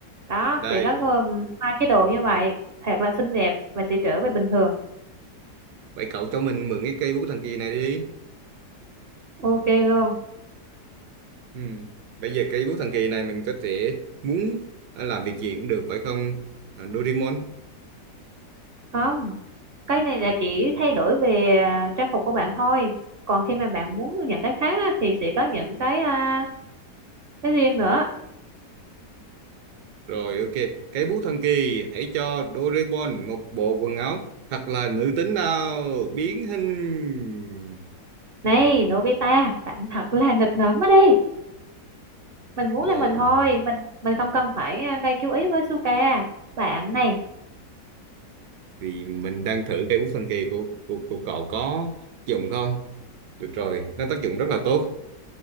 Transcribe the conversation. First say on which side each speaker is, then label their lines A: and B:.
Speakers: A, on the right (about 50°); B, on the right (about 70°).
A: Đó,
B: Đây,
A: sẽ có gồm hai cái đồ như vậy, thật là xinh đẹp và sẽ trở về bình thường.
B: vậy cậu cho mình mượn cái cây bút thần kỳ này đi.
A: Ok luôn.
B: Ừ. Bây giờ cây bút thần kỳ này mình có thể muốn ờ, làm việc gì cũng được phải không? À, Doraemon.
A: Không, cái này là chỉ thay đổi về à, trang phục của bạn thôi còn khi mà bạn muốn những cái khác á, thì sẽ có những cái à, cái riêng nữa
B: Rồi ok, cây bút thần kỳ hãy cho Doraemon một bộ quần áo thật là nữ tính nào, biến hình.
A: này Nobita bạn thật là nghịch ngợm quá đi mình muốn
B: Ồ,
A: là mình thôi mình mình không cần phải à, gây chú ý với Suka bạn này
B: thì mình đang thử cây bút thần kỳ của của, của cậu có tác dụng không? Được rồi, nó tác dụng rất là tốt.